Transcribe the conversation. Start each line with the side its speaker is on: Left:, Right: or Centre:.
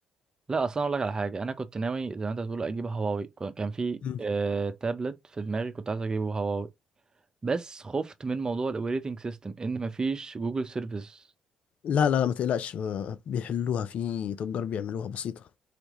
Right: لا اصلا اقول لك على حاجه انا كنت ناوي زي ما انت بتقول اجيب هواوي كان كان في
Left: مم.
Right: آه تابلت في دماغي كنت عايز اجيبه هواوي بس خفت من موضوع الاوبريتنج سيستم ان مفيش جوجل سيرفيس
Left: لا لا لا ما تقلقش آه، بيحلوها في تجار بيعملوها بسيطة